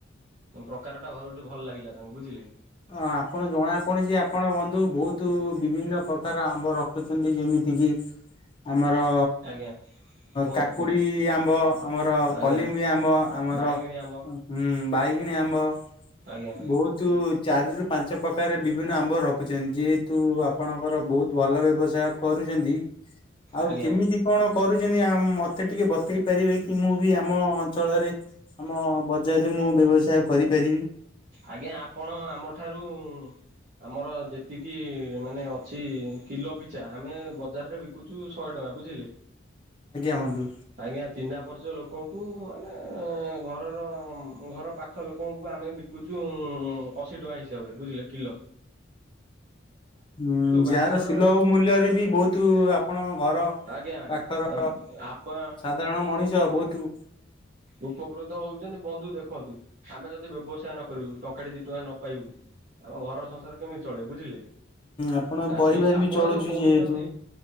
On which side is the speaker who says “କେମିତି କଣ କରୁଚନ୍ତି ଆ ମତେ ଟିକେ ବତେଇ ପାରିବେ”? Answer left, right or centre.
Left